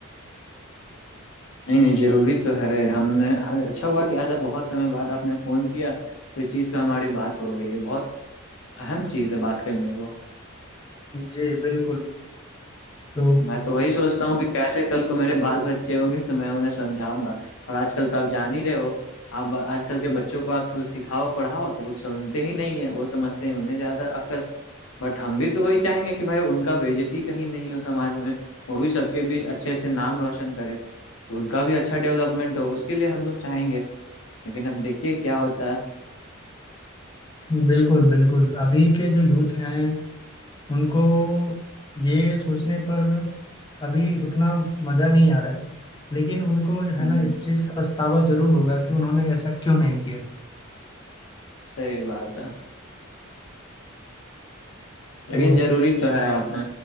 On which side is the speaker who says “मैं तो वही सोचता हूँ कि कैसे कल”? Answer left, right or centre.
Left